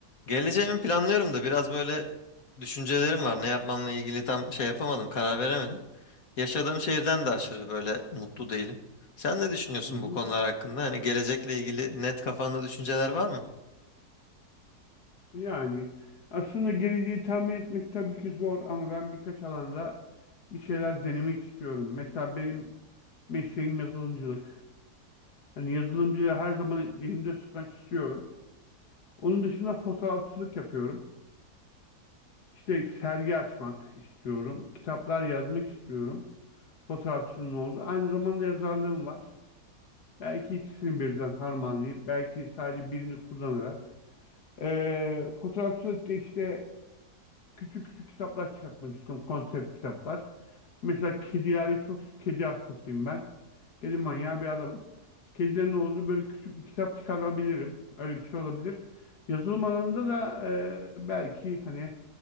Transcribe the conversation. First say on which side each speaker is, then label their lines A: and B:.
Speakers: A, on the left; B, on the left.
A: Geleceğimi planlıyorum da biraz böyle düşüncelerim var. Ne yapmamla ilgili tam şey yapamadım, karar veremedim. Yaşadığım şehirden
B: Hı
A: de aşırı böyle mutlu değilim. Sen ne düşünüyorsun
B: hı.
A: bu konular hakkında? Hani gelecekle ilgili net kafanda düşünceler var mı?
B: Yani aslında geleceği tahmin etmek tabii ki zor ama ben birkaç alanda bir şeyler denemek istiyorum. Mesela benim mesleğim yazılımcılık. Hani yazılımcılığı her zaman elimde tutmak istiyorum. Onun dışında fotoğrafçılık yapıyorum. İşte sergi açmak istiyorum. Kitaplar yazmak istiyorum. Fotoğrafçılığım oldu. Aynı zamanda yazarlığım var. Belki ikisini birden harmanlayıp, belki sadece birini kullanarak. Ee, fotoğrafçılıkta işte küçük küçük kitaplar çıkartmak istiyorum. Konsept kitaplar. Mesela kedileri çok kedi hastasıyım ben. Kedi manyağı bir adamım. Kedilerin olduğu böyle küçük bir kitap çıkarabilirim. Öyle bir şey olabilir. Yazılım alanında da e, belki hani